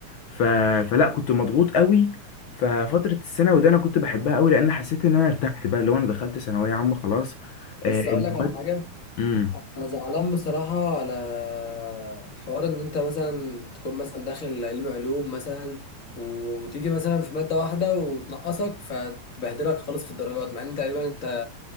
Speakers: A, on the left; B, on the left.
A: ف... فلا كنت مضغوط قوي ففتره الثانوي ده انا كنت بحبها قوي لان حسيت ان انا ارتحت بقى اللي هو انا دخلت ثانويه عامه خلاص آه
B: بس
A: المواد
B: اقول لك على حاجة
A: امم
B: انا زعلان بصراحة على حوار ان انت مثلا تكون مثلا داخل علم علوم مثلا و- وتيجي مثلا في مادة واحدة وتنقصك فتبهدلك خالص في الدرجات مع ان تقريبا انت